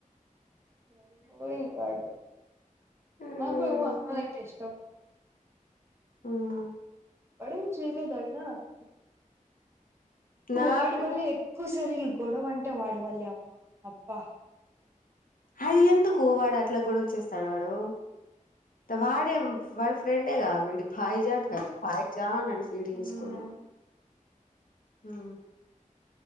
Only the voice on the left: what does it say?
హ్మ్
హ్మ్
నాకు
హది ఎందు కువ వాడు అట్లా గొడవ చేస్తాడు వాడు వాడే వాడు ఫ్రెండేగా విడి పై జాన్ కదా పై జాన్ అని ఫీడ్
చేసుకున్నా ఉ